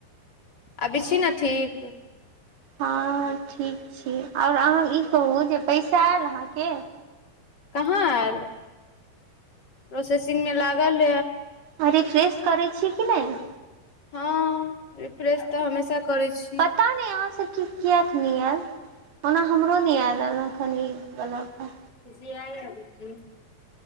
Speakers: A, on the left (about 35°); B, on the right (about 85°).
A: अभी छी
B: चलू
A: ने ठीक।
B: हँ ठीक छी ओर अहाँ ई कहू जे पैसा आयल अहाँके की
A: कहाँ आयल प्रोसेसिंग मे लागल
B: आ रिफ्रेश करै छीयै कि नहि
A: हँ रिफ्रेश तऽ हमेशा करै छी।
B: पता नहि अहाँ सब क किए नहि आयल ओना हमरो नहि आयल एल हँखन ई बला पर।
A: ह